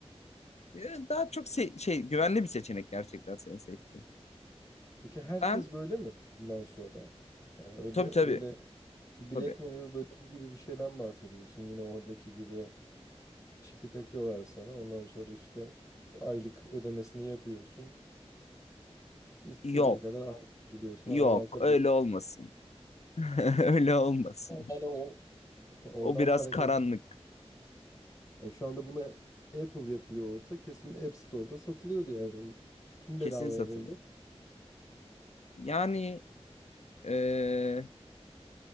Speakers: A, on the left; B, on the left.
A: E, Daha çok se- şey güvenli bir seçenek gerçekten seni seçtim.
B: Peki herkes
A: Ben
B: böyle mi bundan sonra? Yani öyle
A: tabii
B: öyle
A: tabii
B: Black
A: tabii.
B: Mirror bölümü gibi bir şeyden bahsediyorsun. Yine oradaki gibi çipi takıyorlar sana. Ondan sonra işte aylık ödemesini yapıyorsun. İstediğin
A: Yok,
B: kadar arttırabiliyorsun,
A: yok
B: azaltabiliyorsun.
A: öyle olmasın. <laughs> Öyle olmasın.
B: Ama Yani o oradan
A: O biraz
B: para
A: karanlık.
B: kazan. Yani şu anda buna Apple yapıyor olsa kesin App Store'da satılıyordu yani bunun. Kim
A: Kesin
B: bedavaya
A: satılıyor.
B: verecek?
A: Yani e,